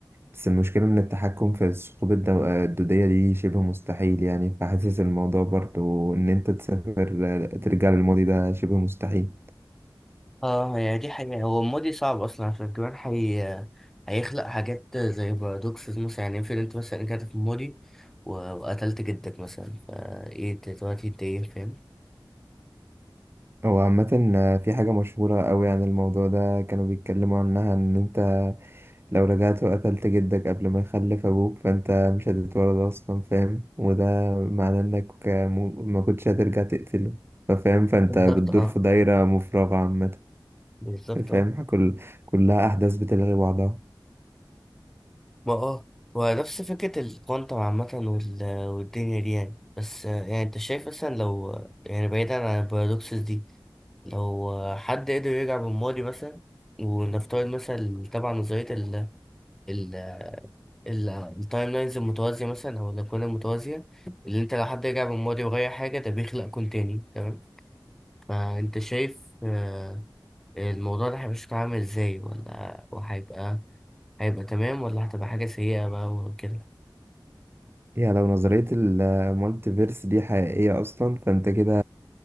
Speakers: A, on the right (about 30°); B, in the centre.
A: بس المشكلة إن التحكم في الثقوب الدو- الدودية دي شبه مستحيل يعني فحاسس الموضوع برضو إن أنت تسافر آه، ترجع للماضي ده شبه مستحيل
B: اه يعني دي حقيقة هو الماضي صعب اصلا عشان كمان حي... هيخلق حاجات زي بارادوكسز مثلا يعني افرض انت مثلا رجعت في الماضي و- وقتلت جدك مثلا فايه انت دلوقتي انت ايه فاهم
A: هو عامة آه، في حاجة مشهورة أوي عن الموضوع ده كانوا بيتكلموا عنها إن أنت لو رجعت وقتلت جدك قبل ما يخلف أبوك فأنت مش هتتولد أصلا فاهم وده معناه إنك مو- ما كنتش هترجع تقتله فاهم فأنت
B: بالظبط
A: بتدور
B: اه
A: في دايرة مفرغة عامة
B: بالظبط
A: فاهم
B: اه
A: كل كلها أحداث بتلغي بعضها
B: ما اه ونفس فكرة الكوانتم عامة وال- والدنيا دي يعني بس آه، يعني انت شايف مثلا لو يعني بعيدا عن البارادوكسز دي لو حد قدر يرجع بالماضي مثلا ونفترض مثلا طبعا نظرية ال ال ال التايم لاينز المتوازية مثلا أو الأكوان المتوازية اللي أنت لو حد رجع بالماضي وغير حاجة ده بيخلق كون تاني تمام فأنت شايف آه، الموضوع ده هيبقى شكله عامل ازاي ولا وهيبقى هيبقى تمام ولا هتبقى حاجة سيئة بقى وكده
A: يعني لو نظرية المالتيفيرس دي حقيقية أصلا فأنت كده